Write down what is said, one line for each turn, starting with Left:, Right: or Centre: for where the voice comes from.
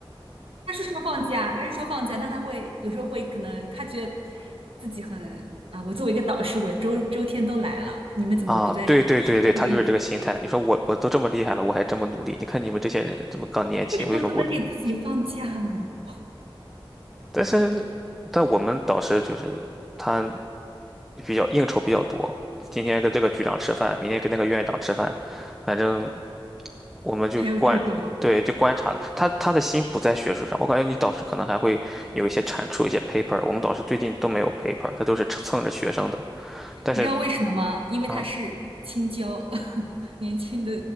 Right: 他是说放假，他是说放假，但他会有时候会可能他觉得自己很啊，我作为一个导师，我周周天都来了，你们怎么不在实验室？
Centre: 啊，对对对对，他就是这个心态。
Right: 这个意思，
Centre: 你说我我都这么厉害了，我还这么努力，你看你们这些人这么刚年轻，
Right: 为什么不能给自己放假呢？
Centre: 为什么不努力？但是，但我们导师就是他比较应酬比较多，今天跟这个局长吃饭，明天跟那个院长吃饭，反正我们就观，
Right: 还有这种啊
Centre: 对，就观察他他的心不在学术上，我感觉你导师可能还会有一些产出一些 paper，我们导师最近都没有 paper，他都是蹭蹭着学生的。但是
Right: 你知道为什么吗？因为他是青椒，
Centre: 啊，
Right: <laughs> 年轻的。